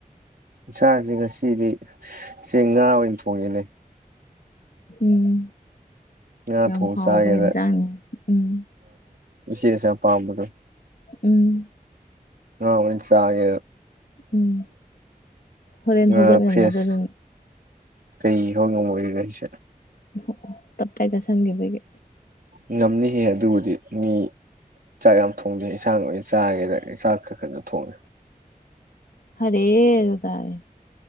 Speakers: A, on the right; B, on the left.
A: ꯏꯁꯟꯥꯁꯦ ꯉꯁꯤꯗꯤ ꯆꯦ ꯉꯥ ꯑꯣꯏꯅ ꯊꯣꯡꯉꯦꯅꯦ
B: ꯎꯝ
A: ꯉꯥ
B: ꯌꯥꯝ
A: ꯊꯣꯡ
B: ꯍꯥꯎꯕ
A: ꯆꯥꯒꯦꯗ
B: ꯏꯟꯁꯥꯡꯅꯤ ꯎꯝ
A: ꯁꯤꯦꯁ ꯌꯥꯝ ꯄꯥꯝꯕꯗꯣ
B: ꯎꯝ
A: ꯑ ꯍꯁ ꯍꯥꯏꯦ
B: ꯎꯝ ꯍꯣꯔꯦꯟ
A: ꯉꯥ
B: ꯍꯧꯒꯠ ꯉꯝꯅꯗ
A: ꯐ꯭ꯔꯦꯁ
B: ꯑꯗꯨꯝ
A: ꯀꯩ ꯍ ꯉ ꯃ ꯑꯣꯏꯔꯤꯔꯔꯤꯁꯦ
B: ꯑꯣ ꯇꯞꯇꯥꯏ ꯆꯠꯁꯤꯟꯈꯤꯕꯒꯤ
A: ꯉꯝꯅꯤꯍꯦ ꯑꯗꯨꯕꯨꯗꯤ ꯃꯤ ꯆꯥꯛ ꯌꯥꯝ ꯊꯣꯡꯗꯦ ꯏꯟꯁꯥꯡ ꯂꯣꯏ ꯆꯥꯔꯒꯦꯗ ꯆꯥꯛ ꯈꯔ ꯈꯛꯇ ꯊꯣꯡꯉꯦ
B: ꯍꯔꯦ ꯇꯥꯔꯦ